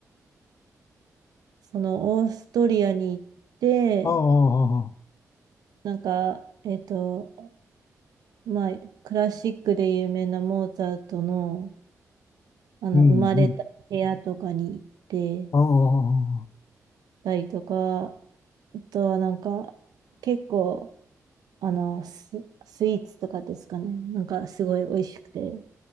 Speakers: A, on the right (about 75°); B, on the left (about 50°).
A: そのオーストリアに行って、
B: ああ、
A: なんか、えっと、まあ、クラシックで有名なモーツァルトの、あの、
B: うん、
A: 生まれた部屋とかに行って
B: うん。ああ、
A: たりとか、あとはなんか、結構、あの、ス、スイーツとかですかね。なんか、すごい美味しくて、